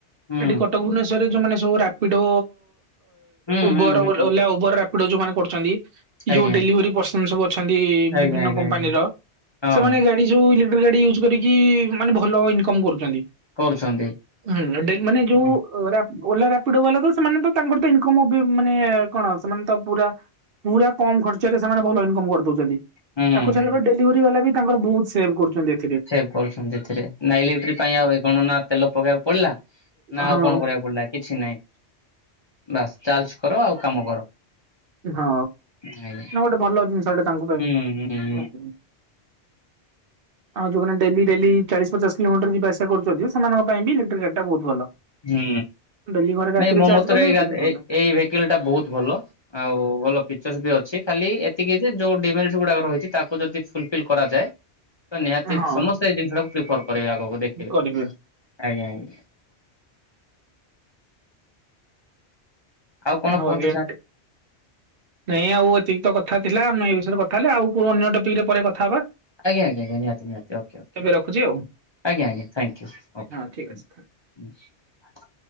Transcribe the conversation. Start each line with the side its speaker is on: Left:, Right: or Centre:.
Left: ହୁଁ।
Right: ସେଠି କଟକ, ଭୁବନେଶ୍ୱରରେ ଯୋଉ ମାନେ ସବୁ ରାପିଡୋ
Left: ହୁଁ
Right: ଉବର
Left: ହୁଁ ହୁଁ ହୁଁ
Right: ଓଲା ଉବର ରାପିଡ ଯୋଉମାନେ କରୁଚନ୍ତି, ଯୋଉ
Left: ଆଜ୍ଞା
Right: ଡେଲିଭରି ପର୍ସନ ସବୁ ଅଛ
Left: ଆଜ୍ଞା
Right: ବିଭିନ୍ନ
Left: ଆଜ୍ଞା
Right: କମ୍ପାନୀର
Left: ଆଜ୍ଞା ହଁ
Right: ସେମାନେ ଗାଡି ସବୁ ଇଲେ ଗାଡି ୟୁଜ କରିକି ମାନେ ଭଲ ଇନକମ୍ କରୁଚନ୍ତି।
Left: କରୁଛନ୍ତି।
Right: ହୁଁ ଡେ ମାନେ ଯୋଉ
Left: ହୁଁ
Right: ରା ଓଲା ରାପିଡ ବାଲା ତ ସେମାନେ ତ ତାଙ୍କର ତ ଇନକମ ବି ମାନେ କଣ ସେମାନେ ତ ପୁରା ପୁରା କମ ଖର୍ଚ୍ଚରେ ସେମାନେ ଭଲ ଇନକମ କରିଦଉଛନ୍ତି।
Left: ହୁଁ।
Right: ତାକୁ ଛାଡ଼ିଲା ପରେ ଡେଲିଭରି ବାଲା ବି ତାଙ୍କର ବହୁତ ସେଭ୍ କରୁଚନ୍ତି।
Left: ସେଭ୍ କରୁଛନ୍ତି ଏଥିରେ ନା ଇଲେଟ୍ରି ପାଇଁ ଆଉ ଏ କଣନା ତେଲ ପକେଇବାକୁ ପଡିଲା ନା,
Right: ହଁ
Left: ଆଉ କଣ କରିବାକୁ ପଡିଲା। କିଛି ନାଇଁ ବାସ୍ ଚାର୍ଜ କର ଆଉ କାମ କର।
Right: ହଁ,
Left: ଆଜ୍ଞା।
Right: ନା ଗୋଟେ ଭଲ ଜିନିଷଟେ ତାଙ୍କ ପାଇଁ।
Left: ହୁଁ ହୁଁ ହୁଁ
Right: ଆଉ ଯୋଉମାନେ ଡେଲି ଡେଲି ଚାଳିଶ ପଚାଶ କିଲୋମିଟର ଯିବା ଆସିବା କରୁଛନ୍ତି, ସେମାନଙ୍କ ପାଇଁ ବି ଇଲେକ୍ଟ୍ରିକ ଗାଡିଟା ବହୁତ ଭଲ।
Left: ହୁଁ,
Right: ଡେଲି ଘରେ ରାତିରେ
Left: ନାଇଁ ମୋ
Right: ଚାର୍ଜ
Left: ମତରେ
Right: କଲେ
Left: ଏଇ
Right: ଦିନରେ ଗଲା।
Left: ଏଇ ଭେକଲ ଟା ବହୁତ ଭଲ। ଆଉ ଭଲ ଫିଚର୍ସ ବି ଅଛି ଖାଲି ଏତିକି ଯେ ଯୋଉ ଡିମେରିଟିସ୍ ଗୁଡା ରହିଛି ତାକୁ ଯଦି ଫୁଲଫିଲ୍ କରାଯାଏ ତ ନିହାତି
Right: ହଁ
Left: ସମସ୍ତେ ଏଇ ଜିନିଷ ଟାକୁ ପ୍ରିଫର କରିବେ ଆଗକୁ ଦେଖିବେ।
Right: କରିବେ।
Left: ଆଜ୍ଞା ଆଜ୍ଞା ଆଉ କଣ
Right: ହରିଆଣ
Left: କୁହନ୍ତୁ ସାର୍?
Right: ଟି ନାଇଁ ଆଉ ଏତିକି ତ କଥା ଥିଲା ଆମେ ଏ ବିଷୟରେ କଥା ହେଲେ ଆଉ କଉ ଅନ୍ୟ ଟପିକ ରେ ପରେ କଥାହେବା।
Left: ଆଜ୍ଞା! ଆଜ୍ଞା! ନିହାତି ନିହାତି ଓକେ ଓକେ ଆଜ୍ଞା!
Right: ରଖୁଛି ଆଉ
Left: ଆଜ୍ଞା! ଥ୍ୟାଙ୍କୟୁ ଓକେ।
Right: ହଁ ଠିକ ଅଛି।